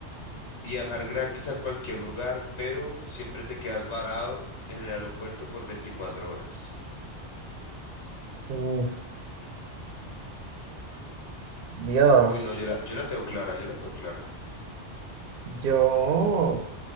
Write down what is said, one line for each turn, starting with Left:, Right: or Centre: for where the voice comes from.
Left: viajar gratis a cualquier lugar, pero siempre te quedas varado en el aeropuerto por 24 horas.
Right: Uf, Dios.
Left: Uy, no, yo la, yo la tengo clara, yo la tengo clara.
Right: Yo